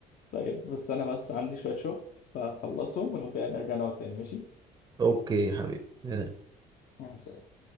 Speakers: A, on the left; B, on the right.
A: طيب بس انا بس عندي شوية شغل فخلصهم ولو كده نرجع نقعد تاني ماشي
B: اوكي يا حبيبي
A: مع السلامة